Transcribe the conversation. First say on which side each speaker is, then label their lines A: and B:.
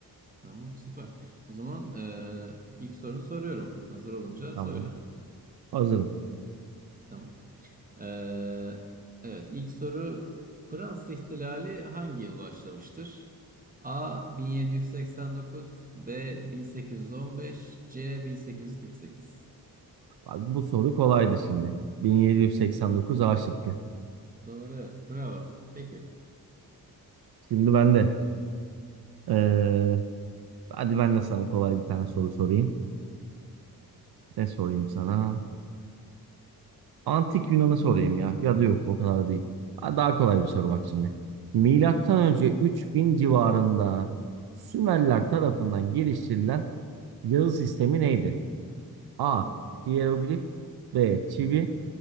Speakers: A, on the right (about 20°); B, on the right (about 70°).
A: Tamam süper. O zaman eee, ilk sorunu soruyorum. Hazır olunca
B: Tamam.
A: söyle.
B: Hazırım.
A: Tamam. Eee, evet ilk soru Fransız İhtilali hangi yıl başlamıştır? A 1789, B 1815, C 1848.
B: Bak, bu soru kolaydı şimdi. 1789 A şıkkı.
A: Doğru evet. Bravo. Peki.
B: Şimdi ben de. eee, hadi ben de sana kolay bir tane soru sorayım. Ne sorayım sana? Antik Yunan'ı sorayım ya. Ya da yok o kadar değil. Ha, Daha kolay bir soru bak şimdi. Milattan önce 3000 civarında Sümerler tarafından geliştirilen yazı sistemi neydi? A.
A: Hmm.
B: Hiyeroglif B. Çivi